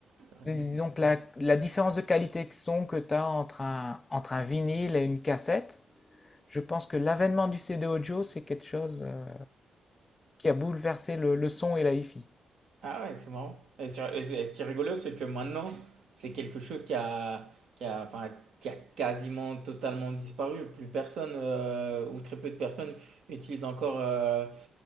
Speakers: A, on the right; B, on the left.
A: t'aurais dit
B: Dis- Disons que la, la différence de qualité de son que tu as entre un, entre un vinyle et une cassette, je pense que l'avènement du CD audio, c'est quelque chose euh, qui a bouleversé le, le son et la hi-fi.
A: Ah ouais, c'est marrant. Et, sur- et ce et ce qui est rigolo, c'est que maintenant, c'est quelque chose qui a, qui a, enfin, qui a quasiment totalement disparu. Plus personne, euh, ou très peu de personnes, utilisent encore euh,